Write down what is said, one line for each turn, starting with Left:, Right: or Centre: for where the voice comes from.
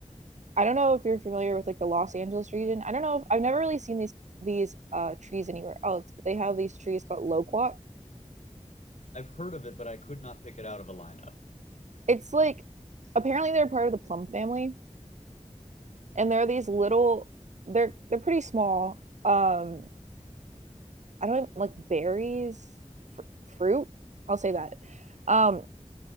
Right: I don't know if you're familiar with like the Los Angeles region. I don't know if I've never really seen these these uh trees anywhere else, but they have these trees called loquat.
Left: I've heard of it, but I could not pick it out of a lineup.
Right: It's like apparently they're part of the plum family, and they're these little they're they're pretty small. Um, I don't even, like berries, fr- fruit. I'll say that. Um,